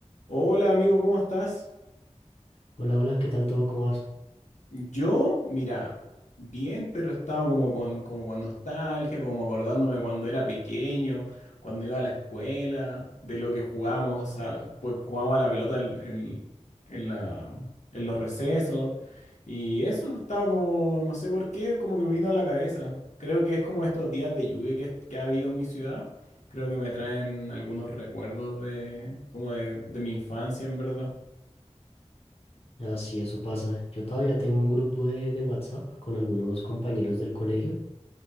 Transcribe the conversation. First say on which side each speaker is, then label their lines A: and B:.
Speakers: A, on the left; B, on the left.
A: Hola amigo, ¿cómo estás?
B: Hola, hola, ¿qué tal todo? ¿Cómo vas?
A: Yo, mira, bien, pero estaba como con, como con nostalgia, como acordándome cuando era pequeño, cuando iba a la escuela, de lo que jugábamos, a la- pues jugábamos a la pelota en, en- en la- en los recesos. Y eso estaba como, no sé por qué, como que me vino a la cabeza. Creo que es como estos días de lluvia que, que ha habido en mi ciudad. Creo que me traen algunos recuerdos de, como de de mi infancia, en verdad.
B: Así eso pasa. Yo todavía tengo un grupo de, de WhatsApp con algunos compañeros del colegio